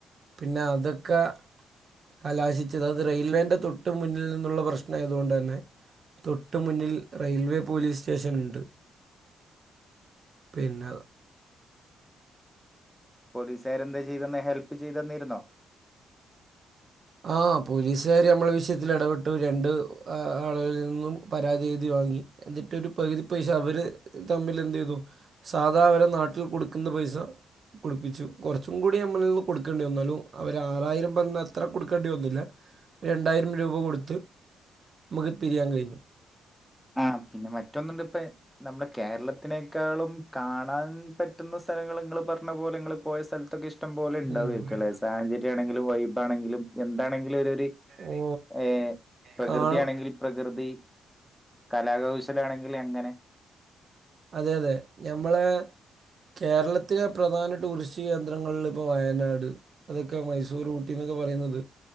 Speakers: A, on the right; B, in the centre.
A: പിന്നെ അതക്കാ കലാശിച്ചത് അത് റെയിൽവേന്റെ തൊട്ട് മുന്നിൽ നിന്നുള്ള പ്രശ്നം ആയതുകൊണ്ട് ന്നെ തൊട്ടു മുന്നിൽ റെയിൽവേ പോലീസ് സ്റ്റേഷൻ ണ്ട്. പിന്ന
B: പോലീസാര് എന്താ ചെയ്തെന്ന് ഹെൽപ്പ് ചെയ്ത് ന്നിര്ന്നോ?
A: ആ പോലീസുകാർ നമ്മള വിഷയത്തി എടപെട്ടു രണ്ട് ആളുകളിൽ നിന്നും പരാതി എഴുതി വാങ്ങി. എന്നിട്ട് ഒരു പകുതി പൈസ അവര് തമ്മിൽ എന്ത് യ്തു സാധാ അവരെ നാട്ടിൽ കൊട്ക്ക്ന്ന പൈസ കൊടുപ്പിച്ചു കൊറച്ചും കൂടി അമ്മിളി നിന്ന് കൊടുക്കേണ്ടി വന്നു ന്നാലും അവര് ആറായിരം പർണ ത്ര കൊടുക്കേണ്ടി വന്നില്ല രണ്ടായിരം രൂപ കൊടുത്ത് മക്ക് പിരിയാ കയിഞ്ഞു.
B: ആഹ് പിന്നെ മറ്റൊന്ന്ണ്ട് പ്പേ നമ്മ്ടെ കേരളത്തിനേക്കാളും കാണാൻ പറ്റുന്ന സ്ഥലങ്ങൾ ഇങ്ങള് പർണ പോലെ ഇങ്ങള് പോയ സ്ഥലത്തൊക്കെ ഇഷ് ഷ്ട്ടം പോലെ ണ്ടാവാര്ക്കും
A: ഉം.
B: ല്ലെ സാചര്യണെങ്കിലും വൈബ് ആണെങ്കിലും എന്താണെങ്കിഒരു ഒര്
A: ഓ
B: ഏഹ് പ്രകൃതി
A: കാണാൻ
B: ആണെങ്കിൽ പ്രകൃതി കലാകൗശല ആണെങ്കില് എങ്ങനെ
A: അത അതെ ഞമ്മളെ കേരളത്തിലെ പ്രധാന ടൂറിസ്റ്റ് കേന്ദ്രങ്ങളിൽ ഇപ്പോൾ വയനാട് അതൊക്കെ മൈസൂർ ഊട്ടി ന്നൊക്കെ പറയ്ന്നത്.